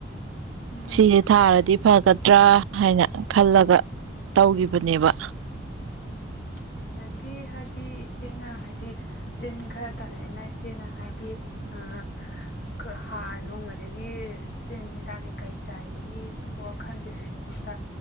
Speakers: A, on the left; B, on the right.
A: ꯃꯥꯅꯦ
B: ꯁꯤꯁꯦ ꯊꯥꯔꯗꯤ ꯐꯒꯗ꯭ꯔꯥ ꯍꯥꯏꯅ ꯈꯜꯂꯒ ꯇꯧꯈꯤꯕꯅꯦꯕ
A: ꯎꯝ ꯎꯝ ꯑꯗꯒꯤ ꯍꯥꯏꯗꯤ ꯏꯆꯦꯅ ꯍꯥꯏꯗꯤ ꯇꯤꯟ ꯈꯔ ꯇꯥꯔꯛꯑꯦꯅ ꯏꯆꯦꯅ ꯍꯥꯏꯗꯤ ꯑ ꯑꯩꯈꯣꯏ ꯍꯥꯔ ꯅꯨꯡ ꯑꯗꯒꯤ ꯇꯤꯟ ꯍꯤꯗꯥꯛ ꯀꯩꯀꯩ ꯆꯥꯏꯕꯒꯤ ꯋꯥꯈꯜꯗꯨꯒꯤ ꯃꯍꯨꯠꯇ